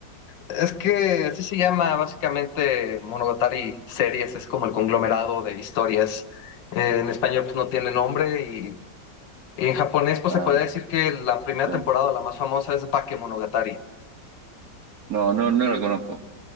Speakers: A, on the left; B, on the right.
A: Es que así se llama básicamente Monogatari series, es como el conglomerado de historias. Eh, en español pues no tiene nombre y, y en japonés pues
B: Ah,
A: se puede decir que la primera
B: claro.
A: temporada, la más famosa, es Bakemonogatari.
B: No, no, no la conozco,